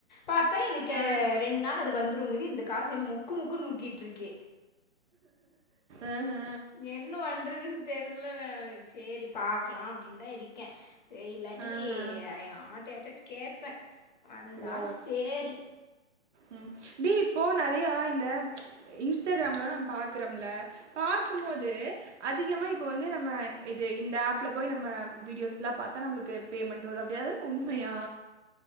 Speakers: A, on the left; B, on the right.
A: பார்த்தா எனக்கே
B: ஆ
A: ரெண்டு நாள் அது வந்துடுங்கிது இந்த காசு இன்னூ முக்கு முக்குன்னு முக்கிட்டிருக்கு
B: ஆ ஹ
A: என்ன பண்றதுன்னு தெர்ல நானு செரி பாக்கலா அப்டின் தா இருக்கே ஆ இல்லாட்டி
B: ஆஹா
A: ஏ அம்மாட்ட யார்ட்டயாச்சு கேப்ப வந்தா
B: ஓ
A: சேரி
B: ம் டேய் இப்போ நெறையா இந்த இன்ஸ்டாகிராம்லலா நம் பாக்குறோல பாக்கும்போது அதிகமா இப்ப வந்து நம்ம இது இந்த ஆப்ல போய் நம்ம வீடியோஸ்லா பாத்தா நம்மளுக்கு பேமெண்ட் வரு அப்டியாவது உண்மையா